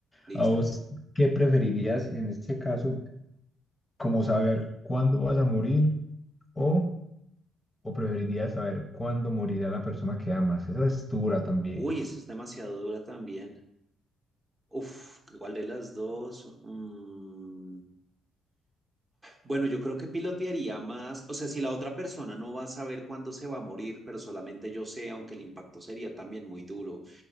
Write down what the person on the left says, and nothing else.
¿A vos qué preferirías en este caso, como saber cuándo vas a morir o, o preferirías saber cuándo morirá la persona que amas? Esa es dura también.